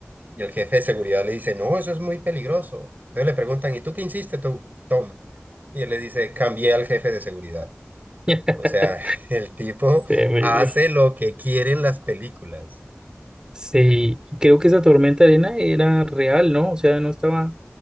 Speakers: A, on the right; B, on the right.
A: y el jefe de seguridad le dice, no, eso es muy peligroso. Entonces le preguntan, ¿y tú qué hiciste tú, Tom? Y él le dice, cambié al jefe de seguridad.
B: <laughs>
A: O sea, <laughs> el tipo
B: Terrible.
A: hace lo que quieren las películas.
B: Sí, creo que esa tormenta de arena era real, ¿no? O sea, no estaba